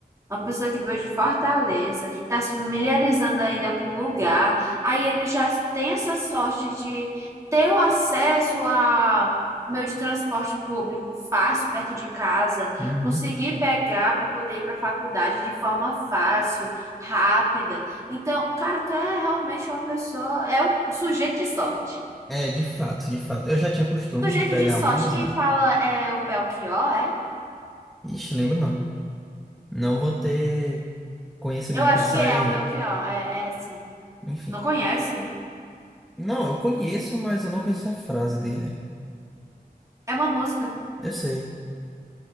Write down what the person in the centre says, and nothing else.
Uhum.
É, de fato, de fato. Eu já tinha costume
de pegar
ônibus,
né?
Ixi, lembro não. Não vou ter conhecimento
nessa
área
aí.
Enfim.
Não, eu conheço, mas eu não conheço essa frase dele.
Eu sei.